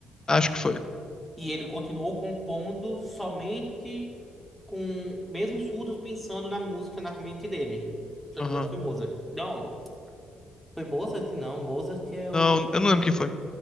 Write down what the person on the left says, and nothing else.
Acho que foi.
Aham.
Não,
eu não lembro quem foi.